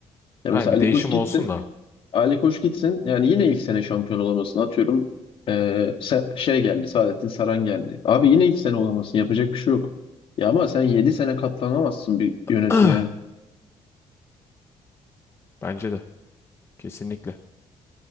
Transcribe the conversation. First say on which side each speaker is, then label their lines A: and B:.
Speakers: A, on the left (about 55°); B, on the left (about 25°).
A: ya mesela
B: Aynen bir
A: Ali
B: değişim
A: Koç gitsin
B: olsun da.
A: Ali Koç gitsin. Yani yine ilk sene şampiyon olamasın. Atıyorum eee, Se- şey geldi. Saadettin Saran geldi. Abi yine ilk sene olamasın. Yapacak bir şey yok. Ya ama sen 7 sene katlanamazsın bir yönetmeye.
B: <clears throat> Bence de. Kesinlikle.